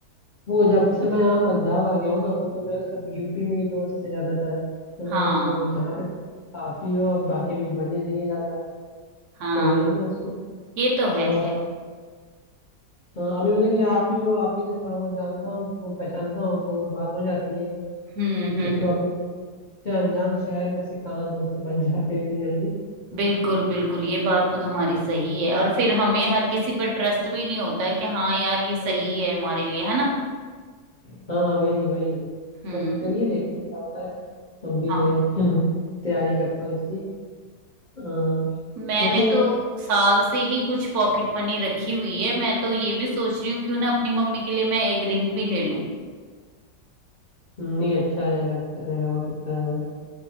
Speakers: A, on the left; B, on the right.
A: वो जब से मैं यहाँ पंजाब आ गया हूँ ना वो तो मेरे सब यूपी में ही दोस्त है ज्यादातर है
B: हाँ
A: ना तो अब यहाँ पे आप ही हो और बाकी भी बने नहीं है ज्यादा
B: हाँ
A: तो वही मैं सोच
B: ये तो
A: कि
B: है
A: और
B: खैर
A: हाँ, अभी मतलब कि आप ही हो आप ही से थोड़ा बहुत जानता हूँ वो पहचानता हूँ तो बात हो जाती है
B: हम्म हम्म
A: नहीं
B: हम्म,
A: तो अभी तो से अनजान शहर में से कहाँ दोस्त बन जाते हैं इतनी जल्दी
B: बिल्कुल बिल्कुल ये बात तो तुम्हारी सही है और फिर हमें हर किसी पर ट्रस्ट भी नहीं होता कि हाँ यार ये सही
A: वही।
B: है हमारे लिए है ना
A: हाँ वही वही
B: हम्म
A: बट चलिए देखते हैं क्या होता है हम भी
B: हाँ।
A: जो है <laughs> तैयारी करता हूँ इसकी हाँ
B: मैंने
A: वैसे
B: तो साल से ही कुछ पॉकेट मनी रखी हुई है मैं तो ये भी सोच रही हूँ क्यों ना अपनी मम्मी के लिए मैं एक रिंग भी ले लूं
A: नहीं अच्छा रहेगा अच्छा रहेगा बहुत अच्छा रहेगा